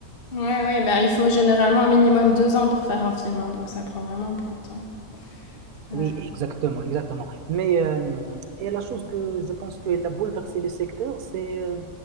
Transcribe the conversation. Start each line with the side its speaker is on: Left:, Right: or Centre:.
Left: Ouais, ouais, ben, il faut généralement un minimum deux ans pour faire un film, hein, donc ça prend vraiment beaucoup de temps. Euh,
Right: Oui, exactement, exactement. Mais euh, et la chose que je pense qu'elle a bouleversé le secteur, c'est euh,